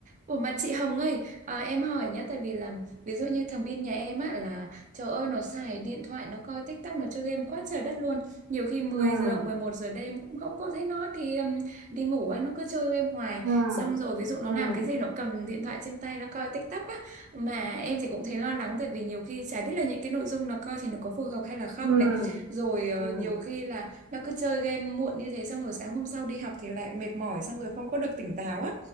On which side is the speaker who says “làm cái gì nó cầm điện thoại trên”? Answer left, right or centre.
Right